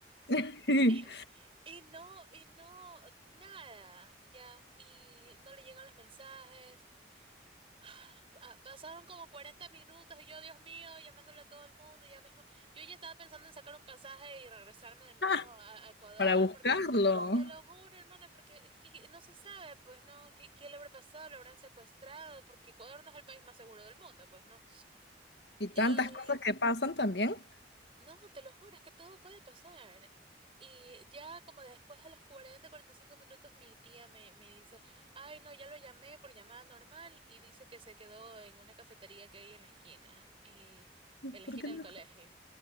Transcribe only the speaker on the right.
<laughs> y, y no, y no, nada, ya, y no le llegan los mensajes. <gasps> Pa- Pasaron como 40 minutos y yo, Dios mío, llamándole a todo el mundo y ya mismo. Yo ya estaba pensando en sacar un pasaje y regresarme de nuevo
a, a Ecuador
porque, te lo juro, hermana, porque es que no se sabe, pues, ¿no? ¿Qué, qué le habrá pasado? ¿Lo habrán secuestrado? Porque Ecuador no es el país más seguro del mundo, pues, ¿no?
y
no, te lo juro, es que todo puede pasar. Y ya como después de los cuarenta, cuarenta y cinco minutos, mi tía me, me dice, ay, no, ya lo llamé por llamada normal y dice que se quedó en una cafetería que hay en la esquina, y en la
esquina
del colegio.